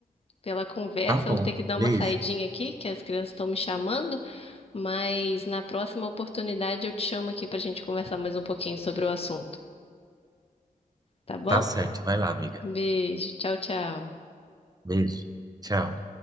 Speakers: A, on the left; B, on the right.
A: pela conversa.
B: Tá bom.
A: Eu vou ter que dar
B: Beijo.
A: uma saidinha aqui, que as crianças estão me chamando, mas na próxima oportunidade eu te chamo aqui para a gente conversar mais um pouquinho sobre o assunto, tá bom?
B: Tá certo. Vai lá, amiga.
A: Um Beijo, tchau, tchau.
B: Beijo. Tchau.